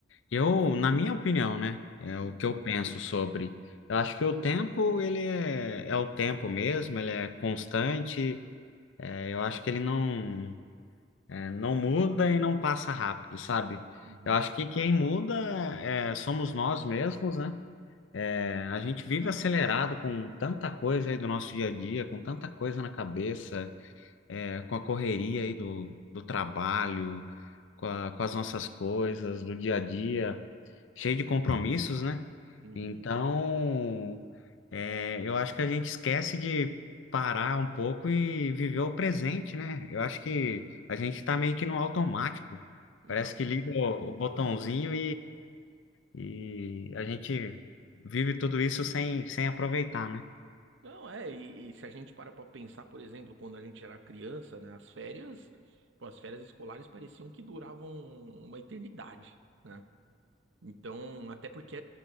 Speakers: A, on the left; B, on the right.
A: eu, na minha opinião, né, é
B: Hum,
A: o que eu penso sobre. Eu acho que o tempo, ele é, é o tempo mesmo, ele é constante, é, eu acho que ele não, é, não muda e não passa rápido, sabe?
B: Uhum,
A: Eu acho que quem muda é, somos nós mesmos, né? É, a gente vive acelerado com tanta coisa aí do nosso dia a dia, com tanta coisa na cabeça, é, com a correria aí do, do trabalho, com a- com as nossas coisas do dia a dia, cheio de compromissos, né?
B: uhum.
A: Então, é, eu acho que a gente esquece de parar um pouco e viver o presente, né? Eu acho que a gente tá meio que no automático.
B: Não,
A: Parece que
B: com
A: liga
B: certeza.
A: o o botãozinho e a gente vive tudo isso sem, sem aproveitar, né?
B: Não, é, e, e se a gente para pra pensar, por exemplo, quando a gente era criança, né? As férias, pô, as férias escolares pareciam que duravam uma eternidade. né? Então, até porque,